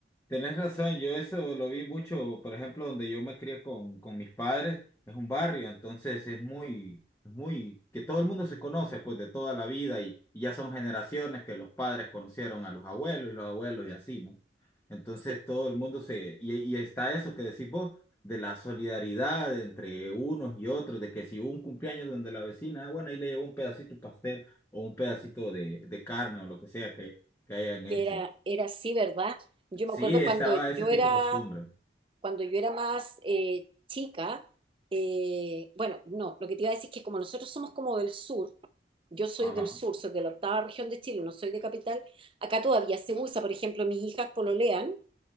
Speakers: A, on the left (about 15°); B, on the right (about 30°).
A: Tenés razón, yo eso lo vi mucho, por ejemplo, donde yo me crié con, con mis padres, es un barrio, entonces es muy, es muy, que todo el mundo se conoce pues de toda la vida y, y ya son generaciones que los padres conocieron a los abuelos y los abuelos y así, ¿no? Entonces
B: Se-
A: todo el mundo se, y, y está eso que decís vos, de la solidaridad entre unos y otros, de que si hubo un cumpleaños donde la vecina, ah, bueno, ahí le llevó un pedacito de pastel o un pedacito de, de carne o lo que sea que, que hayan hecho.
B: que Era, era así, ¿verdad? Yo
A: Sí,
B: me acuerdo
A: estaba
B: cuando yo
A: ese tipo
B: era
A: de costumbre.
B: cuando yo era más eh, chica, eh, bueno, no, lo que te iba a decir es que como nosotros somos como del sur, yo soy
A: Ajá,
B: del sur, soy de la octava región de Chile, no soy de capital, acá todavía se usa, por ejemplo, mis hijas pololean